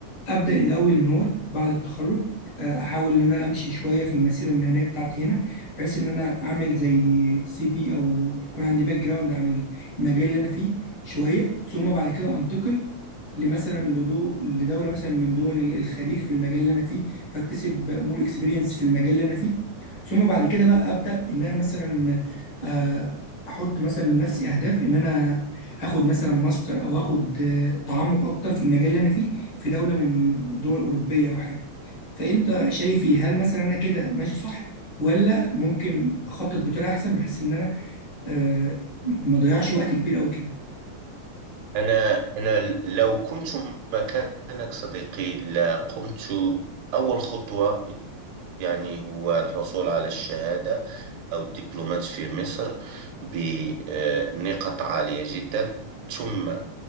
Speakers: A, on the left; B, on the right.
A: ابدا الاول ان هو بعد التخرج آه، احاول ان انا امشي شويه في المسيره المهنيه بتاعتي هنا بحيث ان انا اعمل زي سي في او يكون عندي باك جراوند عن المجال اللي انا فيه شويه ثم بعد كده انتقل لمثلا لدو لدوله مثلا من دول الخليج في المجال اللي انا فيه فاكتسب مور اكسبيرينس في المجال اللي انا فيه ثم بعد كده بقى ابدا ان انا مثلا آه، احط مثلا لنفسي اهداف ان انا اخد مثلا ماستر او اخد آه، تعمق اكتر في المجال اللي انا فيه في دولة من دول أوروبية أو حاجة فأنت شايفي هل مثلا أنا كده ماشي صح ولا ممكن أخطط بطريقة أحسن بحيث إن أنا آه، ما أضيعش وقت كبير أوي كده
B: أنا أنا لو كنت مكانك صديقي لقمت أول خطوة يعني هو الحصول على الشهادة أو الدبلومات في مصر بنقاط عالية جدا ثم